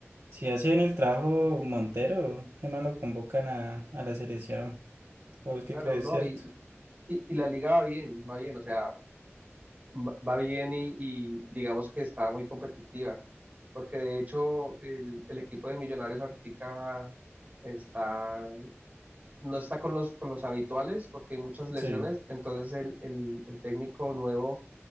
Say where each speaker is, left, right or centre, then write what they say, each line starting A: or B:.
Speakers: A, on the right; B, on the right.
A: si hacen el trabajo Montero, qué más lo convocan a, a la selección, ¿o es que
B: claro,
A: crees,
B: no,
A: cierto?
B: y, y, y la liga va bien, va bien, o sea, va va bien y, y digamos que está muy competitiva, porque de hecho el, el equipo de Millonarios ahorita está, no está con los, con los habituales porque hay muchas lesiones,
A: Sí.
B: entonces el, el, el técnico nuevo